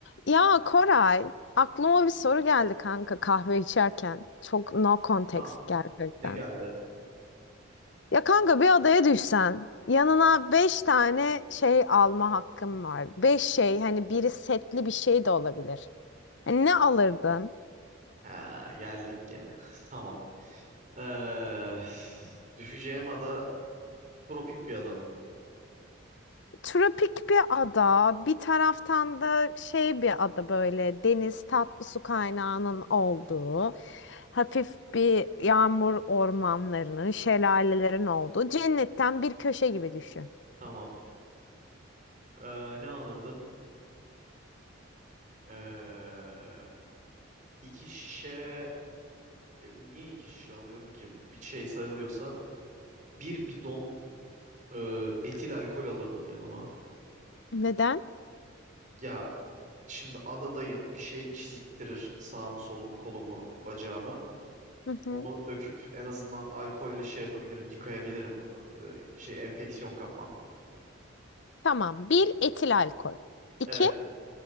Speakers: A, on the left; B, on the right.
A: Ya Koray, aklıma bir soru geldi kanka kahve içerken. Çok no context
B: Ha,
A: gerçekten.
B: ne geldi?
A: Ya kanka bir adaya düşsen, yanına beş tane şey alma hakkın var. Beş şey, hani biri setli bir şey de olabilir. Hani ne alırdın?
B: Ha, geldik gene. <laughs> Tamam. Ee, düşeceğim ada tropik bir ada mı?
A: Tropik bir ada, bir taraftan da şey bir ada böyle deniz tatlı su kaynağının olduğu, hafif bir yağmur ormanlarının, şelalelerin olduğu cennetten bir köşe gibi düşün.
B: Tamam. Ee, ne alırdım? Ee, iki şişe... Ya Niye iki şişe alıyorum ki? Bu Bir şey sayılıyorsa. Bir bidon e, etil alkol alırdım yanıma.
A: Neden?
B: Ya şimdi adadayım. Bir şey çiziktirir sağımı solumu kolumu bacağımı.
A: Hı hı.
B: Onu döküp en azından alkolle şey yapabilirim, yıkayabilirim. Ee, şey enfeksiyon kapmam.
A: Tamam. Bir etil alkol. İki
B: Evet.